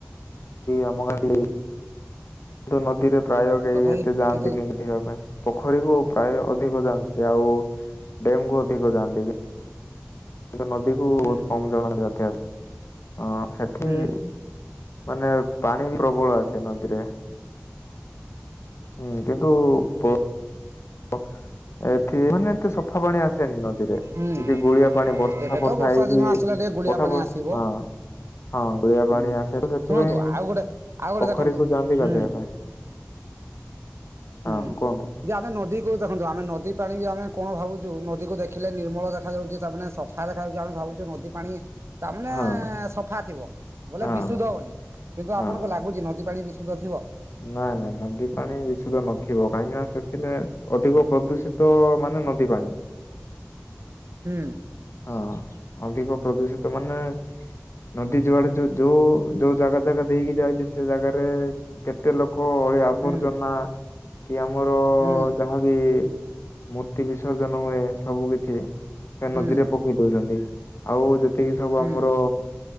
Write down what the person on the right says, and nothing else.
ତଥାପି
କେତେ ହୁଁ
ହୁଁ
ହୁଁ
ହୁଁ
ଏବେ
ତ ବର୍ଷା
ଦିନ ଆସିଲା ଟିକେ ଗୁଳିଆ
ପାଣି
ଆସିବ
ହୁଁ
ଶୁଣନ୍ତୁ ଆଉ ଗୋଟେ ଆଉ ଗୋଟେ
ଦେଖନ୍ତୁ
ହୁଁ
ହୁଁ
ଯେ ଆମେ ନଦୀକୁ ଦେଖନ୍ତୁ ଆମେ ନଦୀ ପାଣି ବି ଆମେ କଣ ଭାବୁଛୁ ନଦୀକୁ ଦେଖ ଦେଖିଲେ ନିର୍ମଳ ଦେଖାଯାଉଛି ତାମାନେ ସଫା ଦେଖାଯାଉଛି ଆମେ ଭାବୁଛୁ ନଦୀ ପାଣି ତାମାନେ
ସଫା ଥିବ ବୋଲେ
ବିଶୁଦ୍ଧ ବୋଲି। କିନ୍ତୁ ଆପଣଙ୍କୁ
ଲାଗୁଛି ନଦୀ ପାଣି ବିଶୁଦ୍ଧ ଥିବ?
ହୁଁ।
ହୁଁ
ହୁଁ
ହୁଁ
ହୁଁ